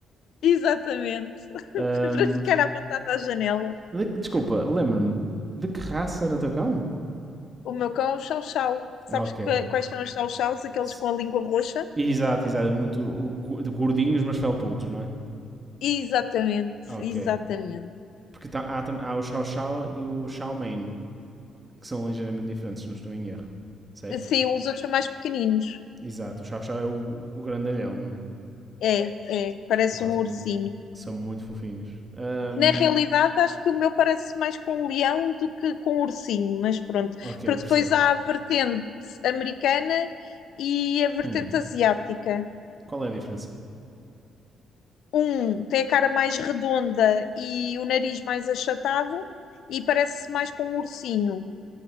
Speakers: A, on the left (about 75°); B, on the right (about 25°).
A: exatamente. <laughs>
B: Ahm,
A: Para ficar à vontade à janela.
B: de- desculpa, lembra-me, de que raça era o teu cão?
A: O meu cão é um chau-chau. Sabes
B: Ok.
A: que- quais são os chau-chaus? Aqueles
B: S-
A: com a língua roxa?
B: Exato, exato, muito o gu- de gordinhos, mas felpudos, não é?
A: Exatamente,
B: Ok.
A: exatamente.
B: Porque tá- há, há o Xiao Xiao e o Xiao Main, que são ligeiramente diferentes, se não estou em erro. Certo?
A: Sim, os outros são mais pequeninos.
B: Exato, o Xiao Xiao é o, o grandalhão, não é?
A: É, é, parece
B: Epá,
A: um
B: são,
A: ursinho.
B: são muito fofinhos. Ahm,
A: Na realidade, acho que o meu parece mais com um leão do que com um ursinho, mas pronto.
B: ok,
A: Para depois
B: percebo.
A: há a vertente americana e a vertente
B: Hum,
A: asiática.
B: qual é a diferença?
A: Um tem a cara mais redonda e o nariz mais achatado e parece mais com um ursinho.